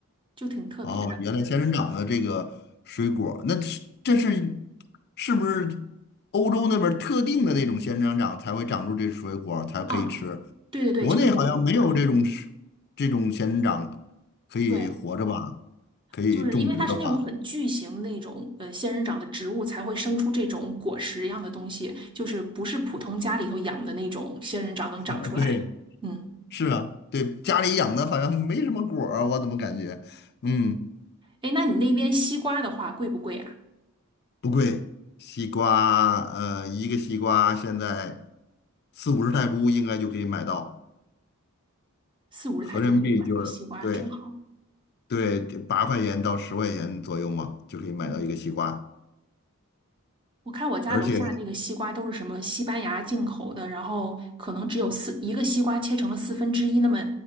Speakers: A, on the right; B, on the left.
A: 就挺特别的
B: 哦，原来仙人掌的这个水果儿那是这是是不是欧洲那边儿特定的那种仙人掌才会长出这水果儿才可以吃？
A: 啊。对对对，
B: 国内好像没有这种是这种仙人掌可以活着吧，
A: 就是不，嗯，对。
B: 可以种植的吧？
A: 就是因为它是那种很巨型那种呃仙人掌的植物才会生出这种果实一样的东西，就是不是普通家里头养的那种仙人掌能长出来的。
B: 啊，对，
A: 嗯，
B: 是啊，对，家里养的好像没什么果儿，我怎么感觉？嗯，
A: 哎，那你那边西瓜的话贵不贵啊？
B: 不贵，西瓜，呃，一个西瓜现在四五十泰铢应该就可以买到。
A: 四五十泰铢可以买个西瓜，
B: 合人民币就是对
A: 真好。
B: 对，八块钱到十块钱左右嘛，就可以买到一个西瓜，
A: 嗯，我看我家楼下那个西瓜都是什么西班牙进口的，
B: 而且
A: 然后可能只有四一个西瓜切成了四分之一那么